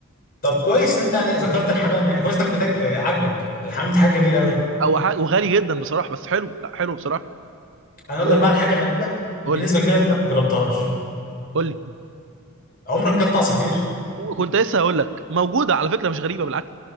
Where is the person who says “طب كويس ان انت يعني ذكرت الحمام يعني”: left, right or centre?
Left